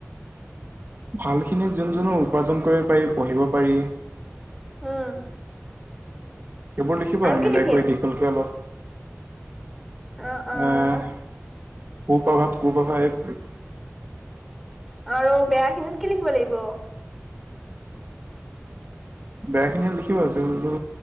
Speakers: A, on the right (about 45°); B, in the centre.
A: ভাল খিনি যোন জো উপাৰ্জন কৰিব পাৰি পঢ়িব পাৰি।
B: উম,
A: সেইবোৰ লিখিব আৰু
B: কি
A: মিলাই
B: লিখিম
A: কৰি দীঘল কৰে অলপ
B: অ
A: আহ
B: অ
A: কু প্ৰভাৱ, কু প্ৰভাৱ এই
B: আৰু বেয়া খিনিত কি লিখিব লাগিব?
A: বেয়া খিনি লিখি আছো জোনটো